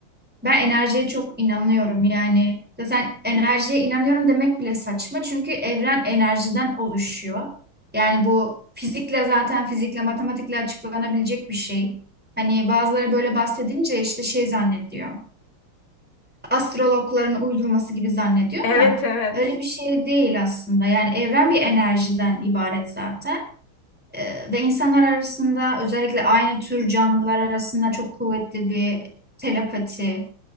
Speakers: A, in the centre; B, on the left (about 75°).
A: ben enerjiye çok inanıyorum yani zaten enerjiye inanıyorum demek bile saçma çünkü evren enerjiden oluşuyor. Yani
B: Hı.
A: bu fizikle zaten fizikle matematikle açıklanabilecek bir şey. Hani bazıları böyle bahsedince işte şey zannediyor. Astrologların uydurması gibi zannediyor
B: Evet,
A: da
B: evet.
A: öyle bir şey değil aslında. Yani evren bir enerjiden ibaret zaten. Ee, ve insanlar arasında özellikle aynı tür canlılar arasında çok kuvvetli bir telepati